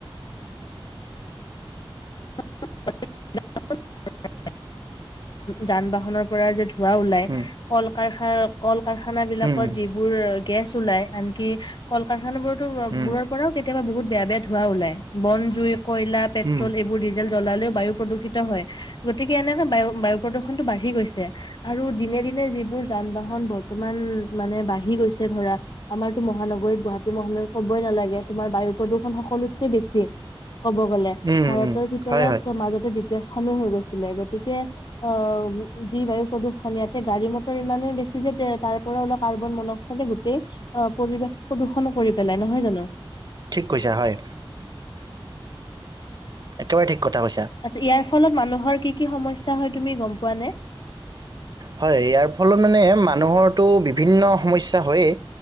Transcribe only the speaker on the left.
<unintelligible> যান বাহনৰ পৰা যে ধোৱা ওলাই
কল কল কাখাই কল কাৰখানা বিলাকত
যিবোৰ গেছ ওলাই আনকি কল কাৰখানা বোৰত
বোৰৰ পৰাও কেতিয়াবা বহুত বেয়া বেয়া ধোৱা ওলাই বন জুইৰি কয়লা পেট্ৰল
এইবোৰ ডিজেল জ্বলালেও বায়ু প্ৰদূষিত হয়। গতিকে এনেকে বায়ু বায়ু প্ৰদূৰণতটো বাঢ়ি গৈছে। আৰু দিনে দিনে যিবোৰ যান বাহন বৰ্তমান মানে বাঢ়ি গৈছে ধৰা, আমাৰতো মহানগৰীত গুৱাহাটী মহানগৰীত কবই নালাগে তোমাৰ বায়ু প্ৰদূৰণ সকলোতকৈ বেছি। ক'ব গ'লে
ভাৰতৰ
ভিতৰত
মাজতে <unintelligible> হৈ গৈছে। গতিকে অহ, যি বায়ু প্ৰদূষণ ইয়াতে গাড়ী- -মটৰ ইমানেই বেছি যে, তাৰ পৰা অলপ কাৰ্বন- মনক্সাইডে গোটেই আহ, ' পৰিৱেশ প্ৰদূষনো কৰি পেলাই নহয় জানো?
আচ্ছা ইয়াৰ ফলত মানুহৰ কি কি সমস্যা হয় তুমি গম পোৱা নে?